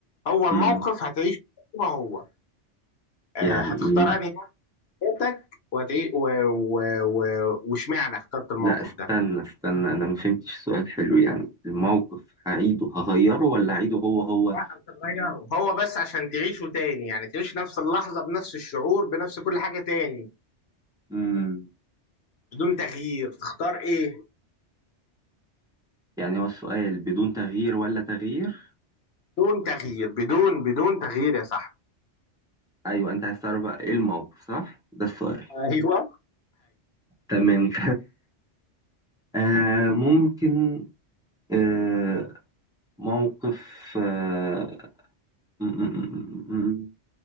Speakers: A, on the left; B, in the centre.
A: هو الموقف
B: امم
A: هتعيش زي ما هو آه،
B: يعني
A: هتختار
B: ايه
A: انهي نوع في حياتك وهتعي- و- و- و- واشمعنى اخترت الموقف
B: لا استنى
A: ده
B: استنى انا ما فهمتش سؤال حلو يعني الموقف هعيده هغيره ولا هعيده هو هو
A: لا انت تغيره هو بس عشان تعيشه تاني يعني تعيش نفس اللحظة بنفس الشعور بنفس كل حاجة تاني
B: امم
A: بدون تغيير تختار ايه
B: يعني هو السؤال بدون تغيير ولا تغيير
A: بدون تغيير بدون بدون تغيير يا صاحبي
B: ايوه انت عايز تعرف بقى ايه الموقف صح ده السؤال
A: ايوه
B: تمام <laughs> آه ممكن آه، موقف آه، م- م- م-